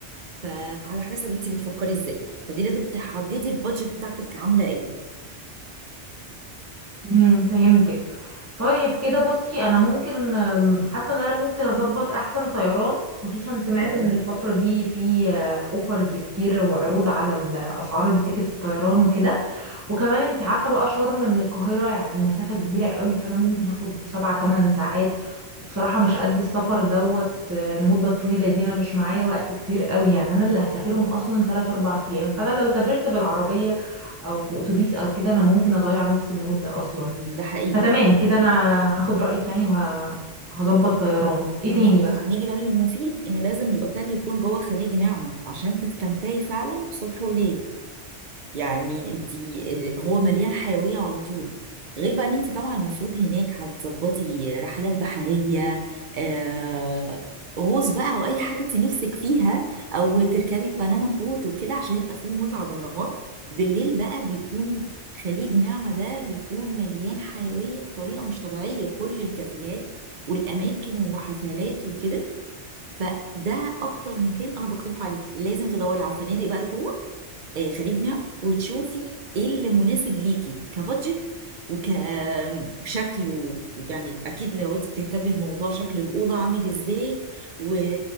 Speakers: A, on the right; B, on the right.
A: فعلى حسب انتي بتفكري ازاي فدي لازم تحددي البادجت بتاعتك عاملة ايه
B: امم فهمتك طيب كده بصي انا ممكن أم، حاسه ان انا ممكن اظبط احسن طيران خصوصا سمعت
A: وأقول-
B: ان الفتره دي في اوفرز كتير وعروض على ال- اسعار التيكت الطيران وكده وكمان انت عارفة بقى شرم من القاهرة يعني مسافة كبيرة قوي فانا ممكن اخد سبع تمن ساعات وبصراحة مش قد السفر دوت آه، المدة الطويلة دي انا مش معايا وقت كتير قوي يعني انا اللي هسافرهم اصلا تلات اربع ايام فانا لو سافرت بالعربية او بأتوبيس او كده انا ممكن اضيع نص المدة اصلا
A: ده حقيقي
B: فتمام كده انا هاخد رأيك يعني وهظبط طيران ايه تاني
A: نيجي
B: بقى
A: نيجي بقى للمفيد ان لازم الاوتيل يكون جوه خليج نعمة عشان تستمتعي فعلا صبح وليل يعني انت آه، هو مليان حيوية على طول غير بقى ان انت طبعا المفروض هناك هتظبطي رحلات بحرية آه غوص بقى او اي حاجة انت نفسك فيها او تركبي البنانا بوت وكده عشان يبقى فيه متعة بالنهار بالليل بقى بيكون خليج نعمة ده بيكون مليان حيوية بطريقة مش طبيعية كل الكافيهات والأماكن وحفلات وكده فده اكتر مكان انا بقترحه عليكي لازم تدوري على الفنادق بقى لجوه آه، خليج نعم وتشوفي ايه اللي مناسب ليكي كبادجت وكشكل ويعني اكيد لو انت بتهتمي بموضوع شكل الاوضه عامل ازاي و...